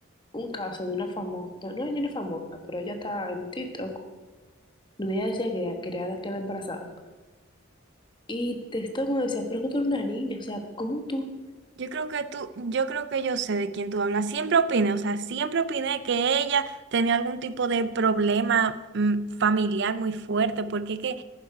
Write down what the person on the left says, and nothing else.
un caso de una famosa, no, ella no es famosa, pero ella está en TikTok, donde ella decía que ella quería quedar embarazada. Y te- todo el mundo decía, pero es que tú eres una niña, o sea, ¿cómo tú